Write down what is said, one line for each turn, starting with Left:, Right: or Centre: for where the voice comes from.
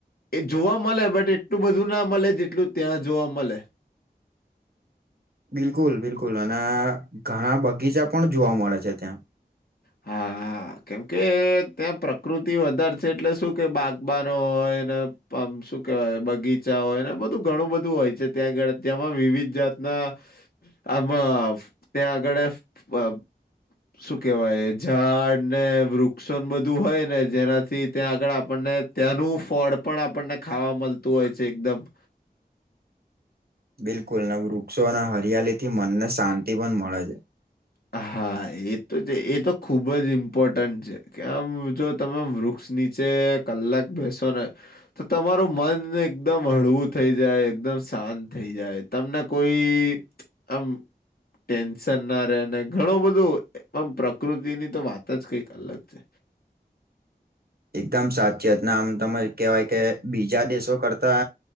Left: એ જોવા મલે બટ એટલું બધું ના મલે જેટલું ત્યાં જોવા મલે.
Right: બિલકુલ બિલકુલ અને ઘણા બગીચા પણ જોવા મળે છે ત્યાં.
Left: હા કેમકે ત્યાં પ્રકૃતિ વધારે છે એટલે શું કે બાગબનો હોય ને આમ શું કેહેવાય બગીચા તા હોયને બધું ઘણું બધું હોય છે ત્યાં આગળ ત્યાંમાં વિવિધ જાતના આમાં ત્યા આગડ અ
Right: <inaudible>
Left: શું કેહેવાય ઝાડ ને વૃક્ષો બધું હોય ને જેનાથી ત્યાં આગળ આપણને ત્યાંનું ફળ પણ આપણને ખાવા મલતું હોય છે એકદમ
Right: <inaudible> બિલકુલ ને વૃક્ષો અને હરિયાલીથી મનને શાંતિ પણ મળે છે.
Left: હા એ તો જે એ તો ખુબ જ ઇમ્પોર્ટન્ટ છે કેમ જો તમામ વૃક્ષ નીચે કલાક બેસો ને તો તમારું મનને એકદમ હળવું થઈ જાય એકદમ શાંત થઇ. થી જાય તમને કોઈ આમ ટેન્શન ના રે. ઘણું બધું અ આમ પણ પ્રકૃતિની તો વાત જ કઈક અલગ છે.
Right: એકદમ સાચી વાત ને આમ તમે કહેવાય કે બીજા દેશો કરતા